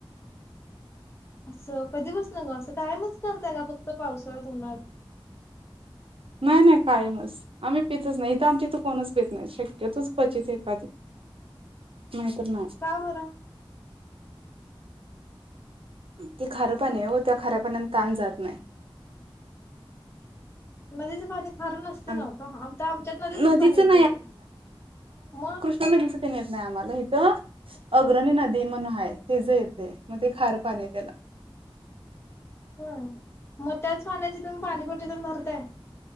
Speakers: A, on the left; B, on the right.
A: असं कधी पासणं ग, असं कायमच करताय का फक्त पावसाळ्यात उन्हाळ्यात?
B: नाही नाही कायमच. आम्ही पितच नाही इथ आमच्या इथ कोणच पित नाही शक्यतोच क्वचित एखादी नाहीतर नाही
A: का बर
B: ते खारंपण आहे ओ त्या खाऱ्या पाण्याने तहान जात नाही
A: नदीचं पाणी खारं नसतय
B: अन
A: नव्ह का आमच्यात नदीचच
B: नदीचं
A: पाणी येत की मग
B: नुसता नदीचं येन येत नाही आम्हाला इथ अग्रणी नदी म्हणून आहे तीच येतय मग ते खार पाणी त्याला
A: हो मग त्याच पाण्याची तुम्ही पाणीपट्टी तेन भरताय